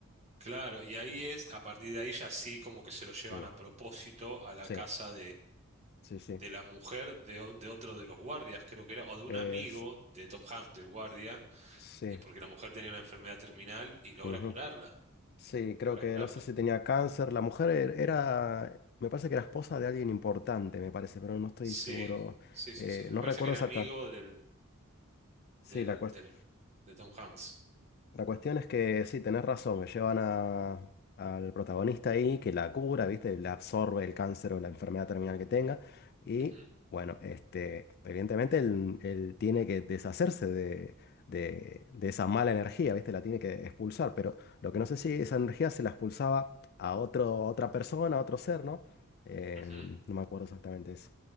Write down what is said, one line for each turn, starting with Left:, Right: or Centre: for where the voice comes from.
Right: claro, y ahí es, a partir de ahí ya sí, como que se lo llevan
Left: Mm.
Right: a propósito a la
Left: Sí,
Right: casa
Left: sí, sí.
Right: de la mujer de, o- de otro de los guardias, creo que era, o de un
Left: Es-
Right: amigo de Tom Hanks, del guardia,
Left: sí.
Right: eh, porque la mujer tenía una enfermedad terminal y logra
Left: ujú.
Right: curarla,
Left: Sí, creo
Right: logra
Left: que
Right: curarla.
Left: no sé si tenía cáncer. La mujer er- era, me parece que era esposa de alguien importante, me parece, pero no estoy
Right: Sí,
Left: seguro.
Right: sí, sí,
Left: Eh,
Right: sí, me
Left: no
Right: parece
Left: recuerdo
Right: que era
Left: exacta.
Right: amigo del,
Left: Sí,
Right: del,
Left: la cuestión.
Right: del- de Tom Hanks.
Left: La cuestión es que sí, tenés razón, que llevan a- al protagonista ahí, que la cura, ¿viste? Le absorbe el cáncer o la enfermedad terminal que tenga. Y
Right: Ujú,
Left: bueno, este, evidentemente él, él tiene que deshacerse de, de- de esa mala energía, ¿viste? La tiene que expulsar. Pero lo que no sé si esa energía se la expulsaba a otro, a otra persona, a otro ser, ¿no? Eh,
Right: ujú.
Left: no me acuerdo exactamente eso.